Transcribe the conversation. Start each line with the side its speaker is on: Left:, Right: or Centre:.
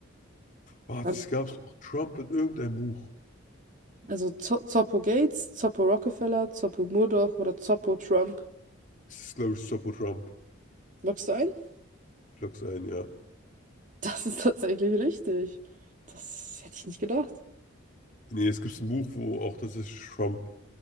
Left: Boah,
Right: Also,
Left: das gab es auch Trump in irgendeinem Buch.
Right: also Zo Zoppo Gates, Zoppo Rockefeller, Zoppo Murdoch oder Zoppo Trump.
Left: Es ist, glaube ich, Sopo Trump.
Right: Loggst du ein? <laughs>
Left: Ich log's ein, ja.
Right: Das ist tatsächlich richtig. Das hätte ich nicht gedacht.
Left: Nee, es gibt ein Buch, wo auch das ist Trump,